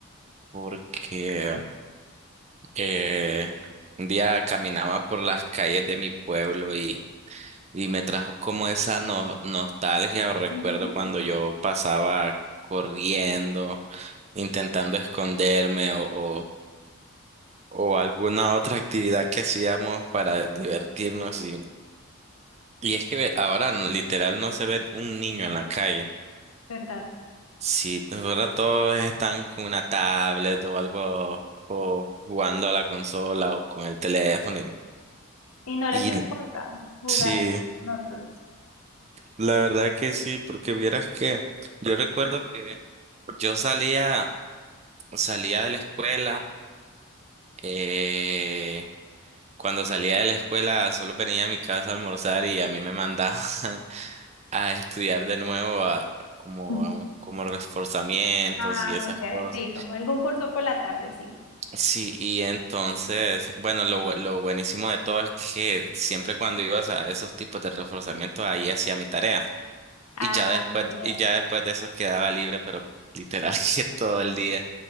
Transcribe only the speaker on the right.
porque eh, un día caminaba por las calles de mi pueblo y, y me trajo como esa no- nostalgia o recuerdo
cuando yo pasaba corriendo, intentando esconderme o, o, o alguna otra actividad que hacíamos para divertirnos y, y es que ahora literal no se ve un niño en la calle.
Sí, ahora todos están con una tablet o algo, o jugando a la consola o con el teléfono.
Y,
y
sí,
la verdad que sí, porque vieras que yo recuerdo que yo salía, salía de la escuela, eh, cuando salía de la escuela solo venía a mi casa a almorzar y a mí me mandaban <laughs> a estudiar de nuevo a, como
a un, como reforzamientos
y esas
cosas.
Sí, y entonces, bueno, lo, bu- lo buenísimo de todo es que siempre cuando ibas a esos tipos de reforzamiento, ahí hacía mi tarea.
Y ya después,
y ya después de eso quedaba libre, pero literal <laughs> que todo el día.